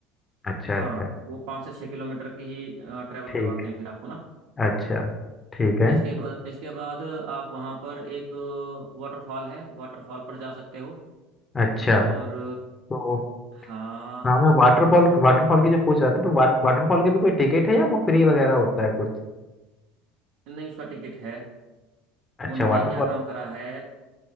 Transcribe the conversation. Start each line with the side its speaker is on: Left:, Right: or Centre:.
Left: अच्छा
Right: हाँ
Left: अच्छा
Right: वो पाँच से छः किलोमीटर की ही ट्रैवल
Left: ठीक
Right: करवाते हैं फिर आपको ना
Left: अच्छा ठीक है
Right: इसके बाद इसके बाद आप वहाँ पर एक वाटरफॉल है वाटरफॉल पर जा सकते हो
Left: अच्छा
Right: और
Left: तो
Right: हाँ
Left: हाँ मैं वाटरफॉल वाटरफॉल की जो पूछ रहा था तो वाट, वाटरफॉल के भी कोई टिकट है या वो फ्री वगैरह होता है कुछ
Right: नहीं उसका टिकट है
Left: अच्छा
Right: उन्होंने
Left: वाटरफॉल
Right: क्या काम करा है